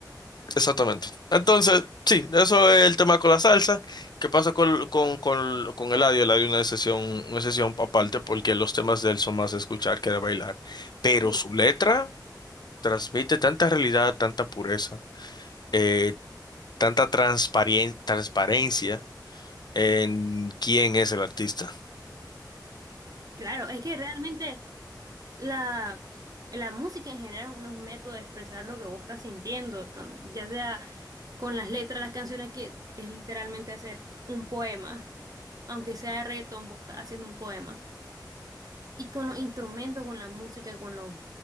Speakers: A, on the left; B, on the right.
A: exactamente. Entonces, sí, eso es el tema con la salsa. ¿Qué pasa con, con, con, con Eladio? Eladio es una sesión, una sesión aparte
B: Mm.
A: porque los temas de él son más de escuchar que de bailar. Pero
B: Sí,
A: su letra transmite tanta realidad, tanta pureza, eh, tanta transparien- transparencia en quién es el artista.
B: claro, es que realmente La, la música en general es un método de expresar lo que vos estás sintiendo, tan- ya sea con las letras, las canciones, que es literalmente hacer un poema, aunque sea de reggaetón, vos estás haciendo un poema. Y con los instrumentos, con la música, con los,